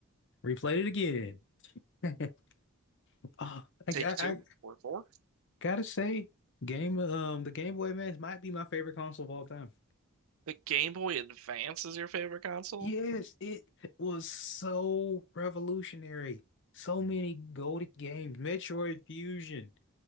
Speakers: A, on the left; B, on the right.
A: Replayed it again. <laughs> Oh, I,
B: Take
A: I,
B: two
A: I
B: or four.
A: gotta say, game um the Game Boy Advance might be my favorite console of all time.
B: The Game Boy Advance is your favorite console?
A: Yes, it was so revolutionary. So many goated games. Metroid Fusion,